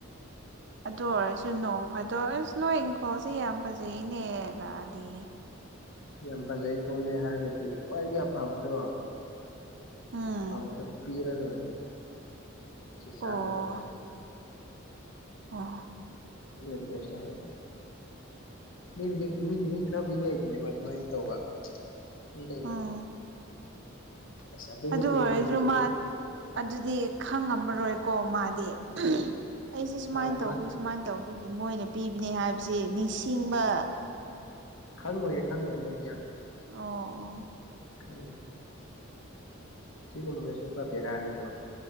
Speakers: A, on the right; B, on the left.
A: ꯑꯗꯨ ꯑꯣꯏꯔꯁꯨ ꯅꯣꯡ ꯐꯥꯗꯣꯛ ꯑꯁ ꯅꯣꯏ ꯏꯪꯈꯣꯜꯁꯦ ꯌꯥꯝ ꯐꯖꯩꯅꯦ ꯂꯥꯛꯑꯗꯤ
B: ꯌꯥꯝ ꯐꯖꯩ ꯈꯣꯜꯂꯦ ꯍꯥꯏꯔꯒꯗꯤ ꯈ꯭ꯋꯥꯏꯒꯤ ꯑꯐꯕꯗꯣ
A: ꯎꯝ
B: ꯑꯐꯕꯗꯣ ꯄꯤꯔ ꯂꯣꯏꯔꯦ ꯁꯤ ꯆꯥ
A: ꯑꯣ
B: ꯔꯨꯔꯣꯔꯅ
A: ꯑꯣ
B: ꯑꯗꯨꯗꯤ ꯀꯩꯁꯨ ꯇꯧꯔꯣꯏꯗ ꯃꯤꯕꯨꯗꯤ ꯃꯤꯕꯨꯗꯤ ꯈꯔꯕꯨꯗꯤ ꯂꯩꯕꯅꯦꯕ ꯑꯗꯨꯃꯥꯏꯅ ꯇꯧꯕ ꯃꯤ ꯂꯩꯕꯅꯦ
A: ꯎꯝ
B: ꯑꯁ ꯑꯗꯨꯒꯨꯝꯕꯗꯤ
A: ꯑꯗꯨ ꯑꯣꯏꯔꯁꯨ
B: ꯈꯣꯔꯤ <unintelligible>
A: ꯃꯥ ꯑꯗꯨꯗꯤ ꯈꯪꯉꯝꯃꯔꯣꯏꯀꯣ ꯃꯥꯗꯤ ꯑꯩꯁꯦ ꯁꯨꯃꯥꯏꯅ
B: ꯍꯣꯏ
A: ꯇꯧꯕꯩ
B: ꯃꯥ
A: ꯁꯨꯃꯥꯏꯅ ꯇꯧ ꯑꯩꯒꯤ ꯃꯣꯏꯅ ꯄꯤꯕꯅꯦ ꯍꯥꯏꯕꯁꯤ ꯅꯤꯡꯁꯤꯡꯕ
B: ꯈꯪꯉꯣꯏꯍꯦ ꯈꯪꯉꯣꯏꯦ ꯃꯣꯏꯗꯤ ꯌꯥꯝꯅ
A: ꯑꯣ ꯑꯣꯥ
B: ꯈꯪꯉꯣꯏ ꯁꯤꯒꯨꯝꯕꯁꯤꯁꯨ ꯄꯨꯔꯥ ꯚꯦꯔꯥꯅꯤꯀꯣ